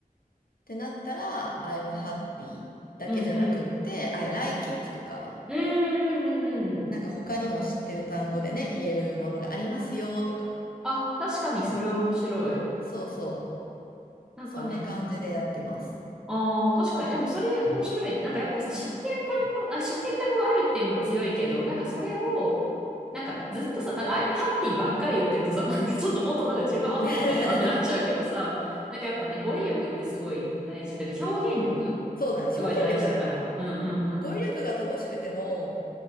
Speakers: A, on the left; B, in the centre.
A: ってなったら、I'm happy だけじゃなくって、
B: うんうん。
A: I like it とか、
B: うんうんうんうんうん。
A: なんか他にも知ってる単語でね、言えるものがありますよとか。
B: あ、確かにそれは面白い。
A: そうそ
B: なんかね、
A: う。そんな感じでやってます。
B: ああ、確かに。でもそれ面白いね。なんかやっぱさ、知ってる単語、あ、知ってる単語があるっていうのは強いけど、なんかそれを、なんかずっとさ、だから I'm happy ばっかり言ってるとさ、なんかちょっと本当なんか自分アホみたいだなってなっちゃうけどさ、
A: <laughs>
B: なんかやっぱね、語彙力ってすごい大事というか、表現力
A: そうだね。
B: すごい大事だから。
A: 表現力だね。
B: うんうんうん。
A: 語彙力が乏しくても、